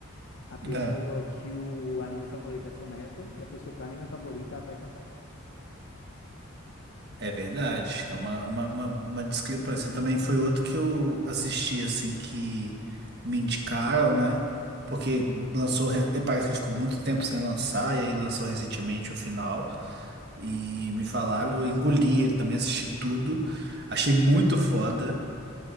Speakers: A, on the left; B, on the right.
A: A pessoa
B: É,
A: que o anime favorito é Fullmetal e a pessoa que o anime favorito é Attack on Titan.
B: é verdade. É uma, uma, uma, uma discrepância. Também foi outro que eu assisti, assim, que me indicaram, né? Porque
A: Sim,
B: lançou, re- e parece que ficou muito tempo sem lançar, e aí lançou recentemente o final. E me falaram, eu engoli ele também, assisti tudo. Achei muito foda,